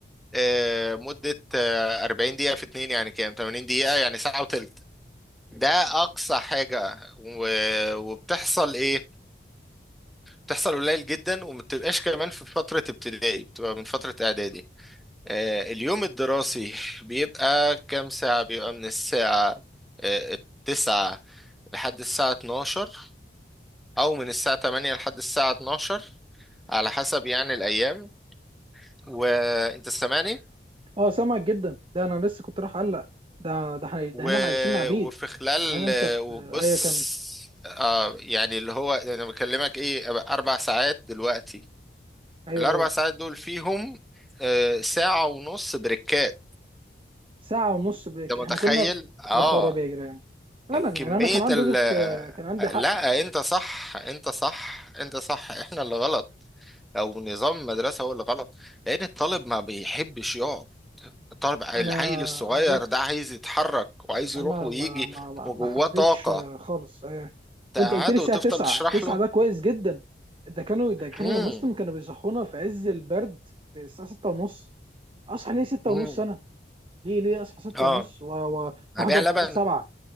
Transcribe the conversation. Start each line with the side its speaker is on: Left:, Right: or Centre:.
Centre: آه، مدة آه، 40 دقيقة في اتنين يعني كام 80 دقيقة يعني ساعة وتلت ده أقصى حاجة و- وبتحصل إيه؟ بتحصل قليل جدا وما بتبقاش كمان في فترة ابتدائي بتبقى من فترة إعدادي آه، اليوم الدراسي بيبقى كام ساعة؟ بيبقى من الساعة آه، التسعة لحد الساعة 12 أو من الساعة 8 لحد الساعة 12 على حسب يعني الأيام وأنت سامعني؟
Right: اه سامعك جدا ده انا لسه كنت راح اقلق ده ده احنا ده
Centre: و...
Right: هنا عايشين عبيد
Centre: وفي خلال
Right: ده هنا انت ب...
Centre: وبص
Right: ايوه كمل
Centre: آه يعني اللي هو انا بكلمك ايه أبقى اربع ساعات دلوقتي
Right: ايوه
Centre: الاربع
Right: ايوه
Centre: ساعات دول فيهم آه ساعة ونص بريكات
Right: ساعه ونص بريك
Centre: انت
Right: احنا
Centre: متخيل
Right: كنا ب-
Centre: اه
Right: يا خراب يا جيران فعلا
Centre: يعني كمية
Right: يعني انا كان عندي
Centre: ال
Right: وجهه
Centre: آه،
Right: آه، كان عندي حق
Centre: لا انت صح انت صح انت صح احنا اللي غلط او نظام المدرسة هو اللي غلط لان الطالب ما بيحبش يقعد الطالب العيل
Right: انا
Centre: الصغير
Right: بالظبط
Centre: ده عايز يتحرك وعايز
Right: انا
Centre: يروح ويجي
Right: ما ما ما
Centre: وجواه
Right: ما حبيتش
Centre: طاقة
Right: آه، خالص آه.
Centre: تقعده
Right: وانت قلت لي الساعه
Centre: وتفضل
Right: 9
Centre: تشرح
Right: 9
Centre: له
Right: ده كويس جدا ده كانوا ده كانوا
Centre: امم
Right: يا مسلم كانوا بيصحونا في عز البرد في الساعه 6 ونص اصحى ليه 6
Centre: امم
Right: ونص انا ليه ليه اصحى 6
Centre: اه
Right: ونص و- و-
Centre: هبيع
Right: واحضر
Centre: لبن
Right: طابور 7